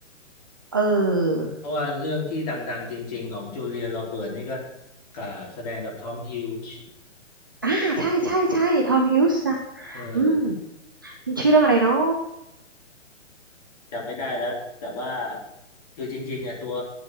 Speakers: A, on the right (about 15°); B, on the left (about 30°).
A: เออ
B: เพราะว่าเรื่องที่ต่างๆจริงๆของจูเลียโรเบิร์ตนี่ก็กับแสดงกับทอมฮิลจ์
A: อ่าใช่ใช่ใช่ทอมฮิวส์นะ
B: เอ
A: อืม
B: อ
A: มันชื่อเรื่องอะไรเนาะ
B: จำไม่ได้แล้วแต่ว่าคือจริงๆอ่ะตัว